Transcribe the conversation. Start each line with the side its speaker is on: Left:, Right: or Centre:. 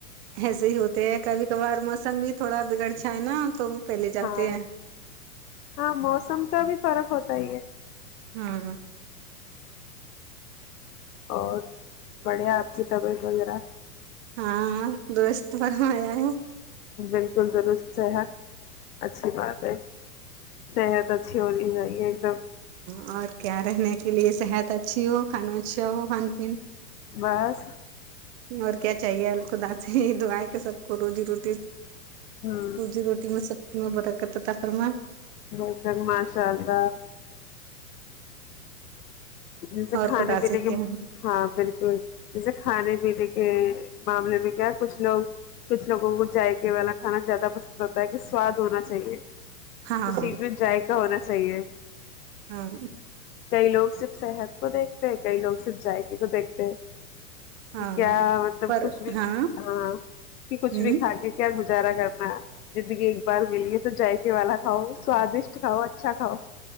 Right: ایسے ہی ہوتے ہیں کبھی کبھار موسم بھی تھوڑا بگڑ ج ہے نا تو وہ پہلے جاتے
Left: ہاں
Right: ہیں
Left: ہاں موسم کا بھی فرق ہوتا ہی ہے
Right: ہاں
Left: اور بڑھیا آپ کی طبیعت وغیرہ
Right: ہاں دوست برما آیا ہے
Left: بالکل درست صحت اچھی بات ہے صحت اچھی ہوتی چاہیے دم
Right: ہاں کیا رہنے کے لیے صحت اچھی ہو کھانا اچھا وہ خان پین
Left: بس
Right: اور کیا چاہیے الل کو سدا سے ہی دھویں کے سب کو روزی روٹی
Left: ہوں
Right: روزی روٹی میں سب بر کت تفرم
Left: ب سک ماشاء اللہ ج سے
Right: اور
Left: کھانے
Right: خدا
Left: پینے
Right: سے
Left: کے
Right: کیا
Left: ہاں بالکل ج سے کھانے نے کے معاملے میں کیا کچھ لوگ کچھ لوگوں کو جائقے والا کھانا زیادہ پسند کرتا ہے کہ سواد ہونا چاہیے
Right: ہاں
Left: اس سیٹ میں جائےق ہونا چاہیے
Right: ہاں
Left: کئی لوگ صحت کو دیکھتے ہیں کئی لوگ صرف جذائقے کو دیکھتے ہیں کہ
Right: ہاں
Left: کیا مطلب
Right: پر
Left: کچھ بھی
Right: ہاں
Left: ہاں کہ
Right: ہوں
Left: کچھ بھی کھا کے کیا گارا کرنا زندگی ایک بار ملی ہے تو جائقے والا کھاؤ سوادشٹ کھاؤ اچھا کھاؤ